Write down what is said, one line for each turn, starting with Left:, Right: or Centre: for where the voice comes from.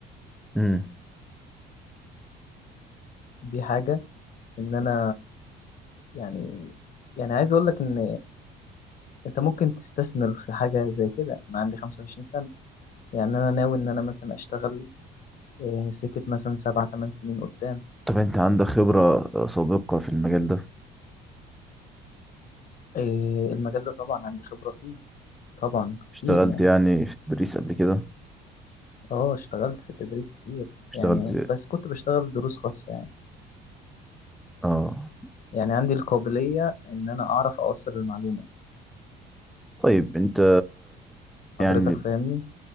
Centre: مم.
Left: دي حاجة، إن أنا يعني يعني عايز أقول لك إن أنت ممكن تستثمر في حاجة زي كده، أنا عندي 25 سَنة، يعني أنا ناوي إن أنا مثلًا أشتغل آآ سكة مثلًا 7، 8 سنين قدّام،
Centre: طب انت عندك خبرة آه، سابقة في المجال ده
Left: آآ المجال ده طبعًا عندي خبرة فيه، طبعًا كتير
Centre: اشتغلت
Left: يعني،
Centre: يعني في التدريس قبل كده
Left: آه اشتغلت في التدريس كتير،
Centre: اشتغلت
Left: يعني بس كنت باشتغل دروس خاصة يعني،
Centre: اه
Left: يعني عندي القابلية إن أنا أعرف أوصّل المعلومة،
Centre: طيب انت يعني
Left: حضرتك فاهمني؟